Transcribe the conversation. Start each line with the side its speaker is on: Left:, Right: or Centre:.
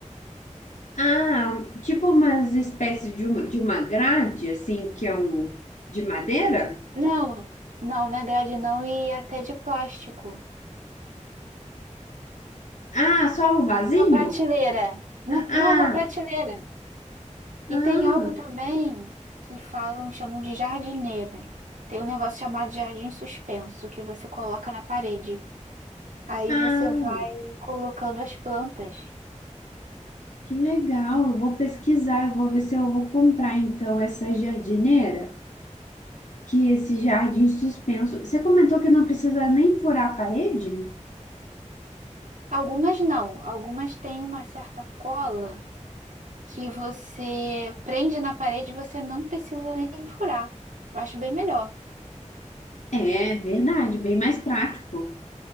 Left: Ah, tipo umas espécies de uma, de uma grade, assim, que é um de madeira?
Right: Não, não, não é grade não, e é até de plástico.
Left: Ah, só o vasinho?
Right: Uma prateleira. Uma-
Left: Ah,
Right: não, uma prateleira. E
Left: ah,
Right: tem algo também que falam, chamam de jardineira. Tem um negócio chamado jardim suspenso que você coloca na parede. Aí
Left: ah,
Right: você vai colocando as plantas.
Left: que legal. Eu vou pesquisar, eu vou ver se eu vou comprar então essa jardineira, que esse jardim suspenso. Você comentou que não precisa nem furar a parede?
Right: Algumas não, algumas têm uma certa cola que você prende na parede e você não precisa nem furar. Eu acho bem melhor,
Left: É, verdade, bem mais prático.